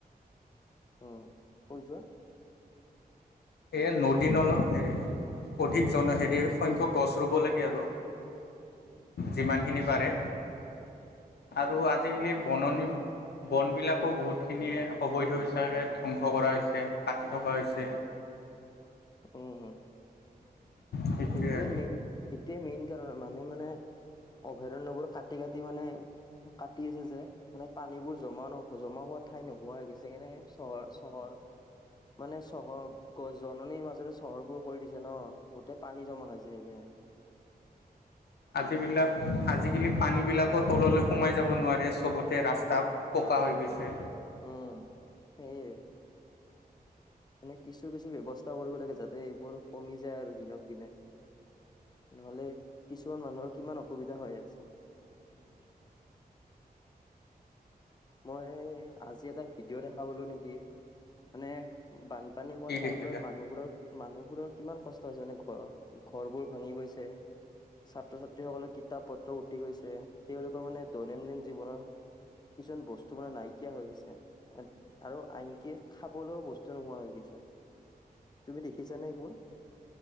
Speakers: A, on the left; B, on the left.
A: উম, কৈ যোৱা।
B: এই নদী নল হেৰি অধিক জন হেৰি সংখ্যক গছ ৰুব লাগে আৰু। যিমানখিনি পাৰে
A: উম,
B: আৰু আজিকালি বননি বনবিলাকো বহুতখিনিয়ে অবৈধ বিচাৰে ধ্বংস কৰা হৈছে কাটি থকা হৈছে।
A: উম।
B: সেইটোৱে
A: এইটোৱে মেইন এইটোৱে মেইন কাৰণ মানুহে মানে অভয়াৰণ্যবোৰ কাটি কাটি মানে কাটি আছে যে মানে পানীবোৰ জমা ন জমা হোৱা ঠাই নোহোৱা হৈ গৈছে। যেনে চহৰ চহৰ মানে চহৰ গ জননীৰ মাজৰে চহৰবোৰ কৰি দিছে ন গোটেই পানী জমা হৈ যায় সেইকাৰণে।
B: আজিবিলাক আজিকালি পানীবিলাকো তললৈ সোমাই যাব নোৱাৰে চবতে ৰাস্তা পকা হৈ গৈছে।
A: উম, সেয়াই। মানে কিছু কিছু ব্যৱস্থা কৰিব লাগে যাতে এইবোৰ কমি যায় আৰু দিনক দিনে। নহ'লে কিছুমান মানুহৰ কিমান অসুবিধা হৈ আছে। মই আজি এটা ভিডিঅ' দেখা পালো নেকি। মানে বানপানী হোৱা
B: কি
A: ঠাইবোৰত
B: দেখিলা?
A: মানুহবোৰৰ মানুহবোৰৰ কিমান কষ্ট হৈছে মানে ঘ ঘৰবোৰ ভাঙি গৈছে। ছাত্ৰ ছাত্ৰীসকলৰ কিতাপ পত্ৰ উঠি গৈছে। তেওঁলোকৰ মানে দৈনন্দিন জীৱনৰ কিছুমান মান বস্তু মানে নাইকিয়া হৈ গৈছে। আৰু আনকি খাবলৈও বস্তু নোহোৱা হৈ গৈছে। তুমি দেখিছানে এইবোৰ?